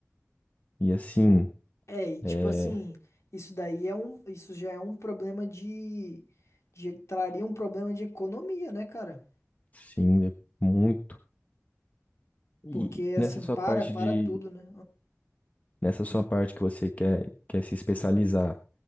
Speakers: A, on the left (about 30°); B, on the left (about 65°).
A: E assim,
B: É, e tipo
A: é,
B: assim, isso daí é um, isso já é um problema de, de traria um problema de economia, né, cara?
A: sim, é muito. E
B: Porque
A: nessa
B: assim,
A: sua
B: para,
A: parte
B: para
A: de,
B: tudo, né?
A: nessa sua parte que você quer, quer se especializar,